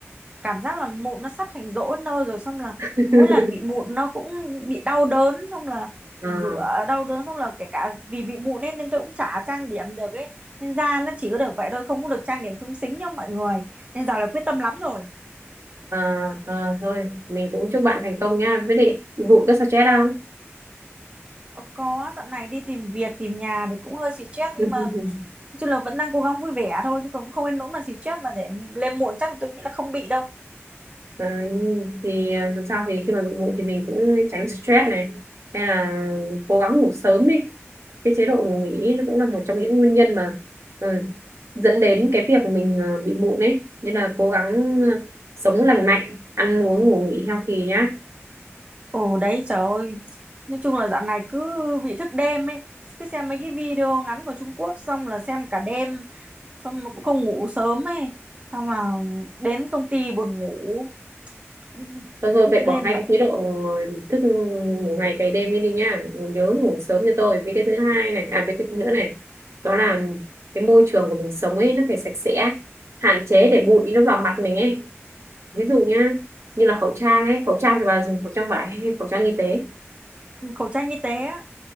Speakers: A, on the right (about 25°); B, on the right (about 70°).
A: cảm giác là mụn nó sắp thành rỗ nơ rồi xong là
B: <laughs>
A: mỗi lần bị mụn nó cũng bị đau đớn xong là
B: à,
A: rửa đau đớn xong là kể cả vì bị mụn nên nên tôi cũng chả trang điểm được ấy nên da nó chỉ có được vậy thôi không có được trang điểm xúng xính như mọi người nên giờ là quyết tâm lắm rồi
B: à, à, thôi mình cũng chúc bạn thành công nha với lại vụ rất stress không
A: Ờ, có dạo này đi tìm việc tìm nhà thì cũng hơi stress
B: <laughs>
A: nhưng mà nói chung là vẫn đang cố gắng vui vẻ thôi chứ cũng không nên nỗi mà stress mà để lên muộn chắc tôi nghĩ là không bị đâu
B: à, nhưng thì à, dù sao thì khi mà bị bụng thì mình cũng tránh stress này hay là cố gắng ngủ sớm đi cái chế độ ngủ nghỉ nó cũng là một trong những nguyên nhân mà ờ, dẫn đến cái việc mình ờ, bị mụn ấy nên là cố gắng ờ, sống lành mạnh ăn uống ngủ nghỉ healthy nhá
A: Ồ đấy trời ơi Nói chung là dạo này cứ bị thức đêm ấy Cứ xem mấy cái video ngắn của Trung Quốc Xong là xem cả đêm Xong mà cũng không ngủ sớm ấy Xong là đến công ty buồn ngủ Cũng
B: Thôi thôi
A: cứ Lúc
B: vậy
A: đêm
B: bỏ ngay
A: vậy
B: cái chế độ thức ngủ ngày cày đêm đi đi nhá Nhớ ngủ sớm cho tôi Với cái thứ hai này À với cái thứ nữa này Đó là cái môi trường của mình sống ấy Nó phải sạch sẽ Hạn chế để bụi nó vào mặt mình ấy Ví dụ nhá Như là khẩu trang ấy Khẩu trang thì bà dùng khẩu trang vải hay khẩu trang y tế
A: Ừ, Khẩu trang y tế á